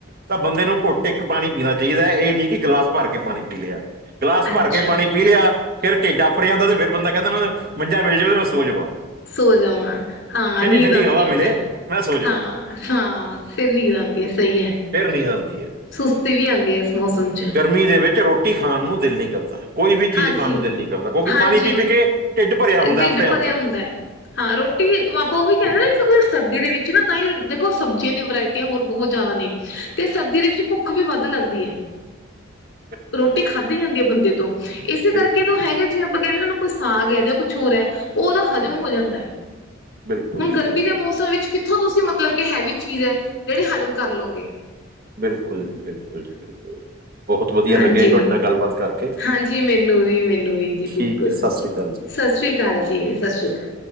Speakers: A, on the right (about 50°); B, on the left (about 60°).
A: ਤਾਂ ਬੰਦੇ ਨੂੰ ਘੁੱਟ ਇੱਕ ਪਾਣੀ ਪੀਣਾ ਚਾਹੀਦਾ ਇਹ ਨੀ ਕੀ ਗਿਲਾਸ ਭਰ ਕੇ ਪਾਣੀ ਪੀ ਲਿਆ। ਗਿਲਾਸ
B: ਅੱਛਾ
A: ਭਰ ਕੇ ਪਾਣੀ ਪੀ ਲਿਆ। ਫੇਰ ਢਿੱਡ ਆਫ਼ਰ ਜਾਂਦਾ ਤੇ ਫਿਰ ਬੰਦਾ ਕਹਿੰਦਾ ਮੈਂ ਮੰਜਾ ਮਿਲ ਜਾਵੇ ਮੈਂ ਸੋ ਜਾਵਾਂ।
B: ਸੋ ਜਾਵਾਂ, ਹਾਂ
A: ਠੰਡੀ
B: ਨੀਂਦ
A: ਠੰਡੀ
B: ਆਂਦੀ
A: ਹਵਾ ਮਿਲੇ
B: ਫਿਰ
A: ਮੈਂ ਸੋ ਜਾਵਾਂ
B: ਹਾਂ-ਹਾਂ ਫਿਰ ਨੀਂਦ ਆਂਦੀ ਆ ਸਹੀ ਐ।
A: ਫਿਰ ਨੀਂਦ ਆਂਦੀ ਐ।
B: ਸੁਸਤੀ ਵੀ ਆਂਦੀ ਐ ਇਸ ਮੌਸਮ ਚ
A: ਗਰਮੀ ਦੇ ਵਿੱਚ ਰੋ ਰੋਟੀ ਖਾਣ ਨੂੰ ਦਿਲ ਨੀ ਕਰਦਾ। ਕੋਈ ਵੀ ਚੀਜ਼
B: ਹਾਂਜੀ
A: ਖਾਣ ਨੂੰ ਦਿਲ ਨੀ ਕਰਦਾ ਕਿਉਂਕਿ
B: ਹਾਂਜੀ
A: ਪਾਣੀ ਪੀ-ਪੀ ਕੇ ਢਿੱਡ ਭਰਿਆ ਹੁੰਦਾ
B: ਢਿੱਡ
A: ਆਫ਼ਰਿਆ
B: ਭਰਿਆ
A: ਹੁੰਦਾ।
B: ਹੈ। ਹਾਂ ਰੋਟੀ ਆਪਾਂ ਉਹੀ ਕਹਿੰਦੇ ਨਾ ਸਰਦੀ ਦੇ ਵਿੱਚ ਤਾਂ ਹੀ ਦੇਖੋ ਸ਼ਬਜੀਆਂ ਦੀ ਵਰਾਇਟੀ। ਤੇ ਹੋਰ ਬਹੁਤ ਜ਼ਿਆਦਾ ਨੇ ਤੇ ਸਰਦੀ ਦੇ ਵਿੱਚ ਭੁੱਖ ਵੀ ਵੱਧ ਲੱਗਦੀ ਐ।
A: <inaudible> ਬਿਲਕੁਲ
B: ਰੋਟੀ
A: ਜੀ ਬਿਲਕੁਲ
B: ਖਾਧੀ ਜਾਂਦੀ ਐ ਬੰਦੇ ਤੋਂ, ਇਸੇ ਕਰਕੇ
A: ਬਿਲਕੁਲ
B: ਜਦੋ ਹੈਗੇ ਜਿਵੇਂ ਆਪਾਂ ਕਹਿਨੇ ਹੂੰਦੇ ਕੋਈ ਸਾਗ ਹੈ ਜਾਂ ਕੁਛ ਹੋਰ ਹੈ। ਉਹਦਾ ਹਜ਼ਮ
A: ਹੂੰ
B: ਹੋ
A: ਹੂੰ
B: ਜਾਂਦਾ
A: ਬਿਲਕੁਲ
B: ਹੁਣ
A: ਜੀ
B: ਗਰਮੀ
A: ਬਿਲਕੁਲ
B: ਦੇ ਮੌਸਮ ਵਿੱਚ ਕਿੱਥੋਂ ਤੁਸੀਂ ਮਤਲਬ ਕਿ ਹੈਵੀ ਚੀਜ਼ ਐ ਜੇਹੜੀ ਹਜ਼ਮ ਕਰ ਲਉਗੇ।
A: ਬਿਲਕੁਲ ਜੀ-ਬਿਲਕੁਲ ਜੀ-ਬਿਲਕੁਲ, ਬਹੁਤ ਵਧੀਆ
B: ਹਾਂਜੀ।
A: ਲੱਗਿਆ ਜੀ ਤੁਹਾਡੇ ਨਾਲ ਗੱਲਬਾਤ ਕਰਕੇ
B: ਹਾਂਜੀ, ਮੈਨੂੰ ਵੀ ਮੈਨੂੰ ਵੀ ਜੀ
A: ਠੀਕ
B: ਬਿਲਕੁਲ,
A: ਹੈ ਸਤਿ ਸ੍ਰੀ ਅਕਾਲ ਜੀ
B: ਸ਼ਾਸਰੀ ਕਾਲ ਜੀ, ਸ਼ਾਸਰੀ ਕਾਲ।